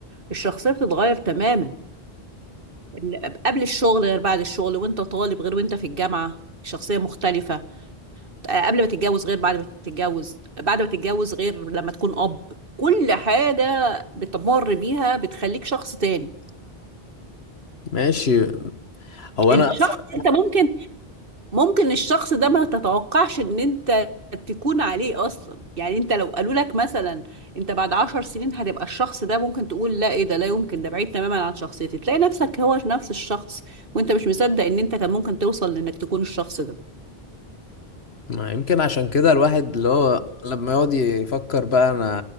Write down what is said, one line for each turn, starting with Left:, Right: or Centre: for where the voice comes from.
Right: الشخصية بتتغير تماما ال- قبل الشغل غير بعد الشغل وانت طالب غير وانت في الجامعة شخصية مختلفة آه، قبل ما تتجوز غير بعد ما تتجوز بعد ما تتجوز غير لما تكون أب كل حاجة بتمر بيها بتخليك شخص تاني
Left: ماشي هو
Right: الشخص
Left: انا اصلا
Right: انت ممكن ممكن الشخص ده ما تتوقعش ان انت تكون عليه اصلا يعني انت لو قالوا لك مثلا انت بعد عشر سنين هتبقى الشخص ده ممكن تقول لا ايه ده لا يمكن ده بعيد تماما عن شخصيتي تلاقي نفسك هو نفس الشخص وانت مش مصدق ان انت كان ممكن توصل لانك تكون الشخص ده
Left: ما يمكن عشان كده الواحد اللي هو لما يقعد يفكر بقى انا